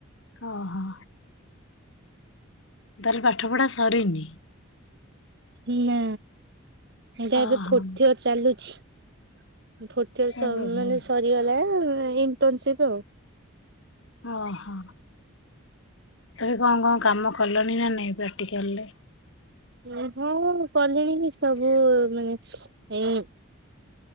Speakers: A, on the left; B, on the right.
A: ଓହୋ। ତାହେଲେ ପାଠ ପଢା ସରିନି?
B: ନା। ଏଇଟା
A: ଓହୋ
B: ଏବେ ଫୋର୍ଥ ଇଅର ଚାଲୁଛି। ଫୋର୍ଥ ଇଅର୍ ସଇଲେ
A: ଓହୋ
B: ମାନେ ସରି ଗଲା ଆଉ ଇଣ୍ଟର୍ନସିପ ଆଉ
A: ଓହୋ, ତମେ କଣ କଣ କାମ କଲଣି ନା ନାଇ ପ୍ରାକ୍ଟିକାଲରେ?
B: ହଁ ମୁଁ କଲିଣି ଯେ ସବୁ ମାନେ ଏ